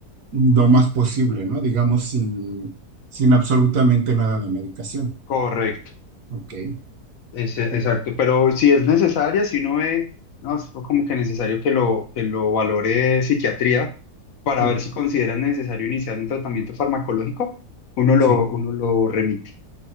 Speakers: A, on the right; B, on the left.
A: lo más posible, ¿no? Digamos, sin, sin absolutamente nada de medicación.
B: correcto.
A: Ok.
B: Es- e, exacto,
A: Sí.
B: pero si es necesaria, si uno ve, no, es como que necesario que lo, que lo valore psiquiatría para
A: tú-
B: ver si consideran necesario iniciar un tratamiento farmacológico, uno lo,
A: sí.
B: uno lo remite.